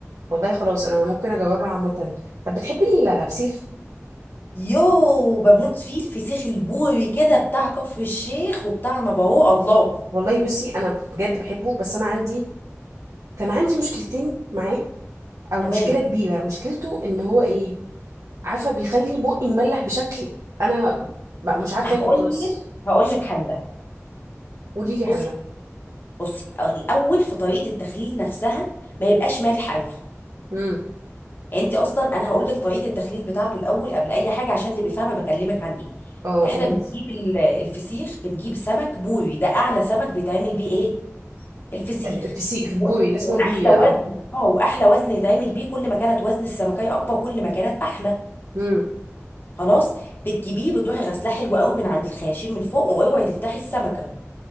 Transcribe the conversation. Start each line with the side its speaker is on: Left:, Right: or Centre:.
Right: والله خلاص انا ممكن اجاوبها عامه طب بتحبي الفسيخ
Left: يو بموت فيه الفسيخ البوري كده بتاع كفر الشيخ وبتاع نبوه الله
Right: والله بصي انا بجد بحبه بس انا عندي كان عندي مشكلتين معاه او
Left: تمام
Right: مشكله كبيره مشكلته ان هو ايه عارفه بيخلي بقي مملح بشكل انا بقى مش عارفه
Left: هقول
Right: اكل خلاص
Left: لك هقول لك حله
Right: قولي لي
Left: بصي
Right: حلها
Left: بصي الاول في طريقه التخليل نفسها ما يبقاش مالح قوي
Right: امم
Left: يعني انت اصلا انا هقول لك طريقه التخليل بتاعته الاول قبل اي حاجه عشان تبقي فاهمه بكلمك عن ايه
Right: اه
Left: احنا
Right: قولي
Left: بنجيب
Right: لي
Left: ال- الفسيخ بنجيب سمك بوري ده اعلى سمك بيتعمل بيه ايه الفسيخ
Right: الفسيخ البوري
Left: و-
Right: اللي
Left: واحلى
Right: اسمه البوري ده
Left: وزن
Right: اه
Left: اه واحلى وزن يتعمل بيه كل ما كانت وزن السمكه اكبر كل ما كانت احلى
Right: امم
Left: خلاص بتجيبيه بتروحي غسلاه حلو قوي من عند الخياشيم من فوق واوعي تفتحي السمكه